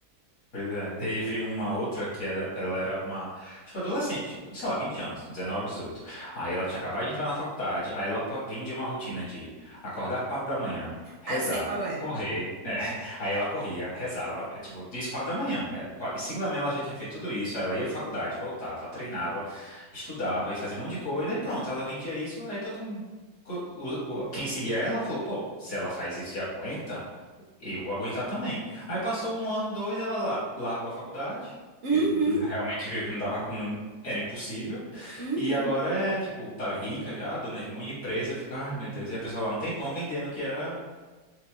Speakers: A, on the left; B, on the right.
A: Pois é. Teve uma outra que era, ela era uma, tipo, adolescente, sei lá, 20 anos, dezenove dezoito Aí ela tinha acabado de entrar na faculdade, aí ela po- vem de uma rotina de acordar 4 da manhã, rezar,
B: Ah, eu sei qual é.
A: correr. é. <laughs> Aí ela corria, rezava, é, tipo, isso 4 da manhã. É, qua- e 5 da manhã ela já tinha feito tudo isso, aí ela ia pra faculdade, voltava, treinava, estudava e fazia um monte de coisa, e pronto, ela vendia isso, aí todo mundo. co- o- o- Quem seguia ela falou, pô, se ela faz isso e aguenta. Eu vou aguentar também. Aí passou um ano, dois, ela la- largou a faculdade,
B: Uhum,
A: porque não- <laughs> realmente viu que não dava, com- não- era impossível.
B: uhum.
A: E agora é, tipo, tá rica já, dona de muita empresa, fica, ai meu Deus, e a pessoa lá um tempão vendendo que era